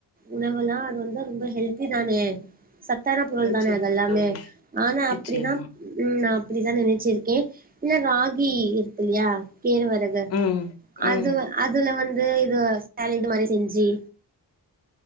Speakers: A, on the right (about 20°); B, on the left (about 40°).
A: உணவலா அது வந் து ரொம்ப ஹெல்தி தானே ச த்தான பொருள்
B: நிச்சயமா
A: தானே அதெல்லாமே
B: தோழி.
A: ஆனா அப்பிடிதா
B: நிச்சயமா.
A: ம் நா அப்பிடிதா நினச்சிருக்கே இன்ன ராகி இருக்கில்லையா கேழ்வரகு
B: ம். ம்.
A: அது வ அதுல வந் து இது சாலடு மாரி செஞ்சி